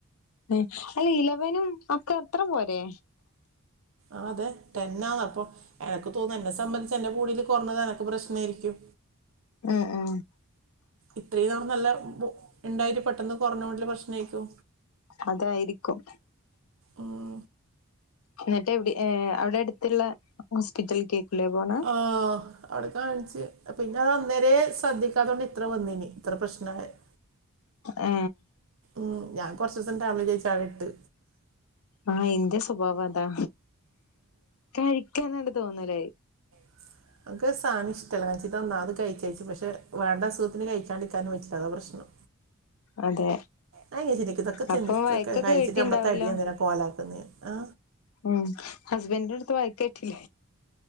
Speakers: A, on the left; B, on the right.
A: അല്ല ഇലവനും ഒക്കെ അത്ര പോരേ
B: ആ അതെ ടെന്നാന്ന അപ്പൊ എനക്ക് തോന്ന എന്നെ സംബന്ധിച്ച് എന്റെ ബോടില് കുറഞ്ഞത് എനക്ക് പ്രശ്നായിരിക്കും
A: ആ ആ
B: ഇത്രയും നാള് നല്ല ഇണ്ടായിട്ട് പെട്ടെന്ന് കൊർഞ്ഞോണ്ടില പ്രശ്നായിക്കു
A: അതായിരിക്കും
B: ഉം
A: എന്നിട്ട് എവിടി അവിടെ എടുത്ത്ള്ള ഹോസ്പിറ്റല്കേക്കൂലേ പോണ
B: ആ അവിടെ കാണിച്ചച്ച് പിന്നെ അന്നേരെ ശ്രദ്ധിക്കാതെ കൊണ്ട് ഇത്ര വന്നീന് ഇത്ര പ്രശ്നയൊ. <inaudible>
A: ഏ
B: മ് ഞാൻ കുറച്ച് ദിവസം ടാബിലയിച്ച് അവിടെ ഇട്ട്.
A: ആ ഇന്റെ സ്വഭാവം അതാ കഴിക്കാനട് തോന്നൂലൊ.
B: <inaudible> നനിക്ക് സധനംഷ്ടമല്ല കാ ഒന്നാമത് അത് കഴിച്ച അയച്ച് പക്ഷേണ്ടസുഖത്തിന് കഴിക്കാണ്ടിക്കാനും പറ്റില്ല അത പ്രശ്നം.
A: അതെ
B: അ ചിദിക്കുക്ക് ഇതൊക്കെ
A: അപ്പൊ വഴക്കൊക്കെ
B: കഴിച്ചിട്ട്
A: കേട്ടിണ്ടാവല്ലോ
B: നമ്മള തടി എന്തിനകോലാക്കുന്നോ. ആ
A: മ് ഹുസ്ബൻഡട്ത്ത് വയക്ക്കെടിലൊ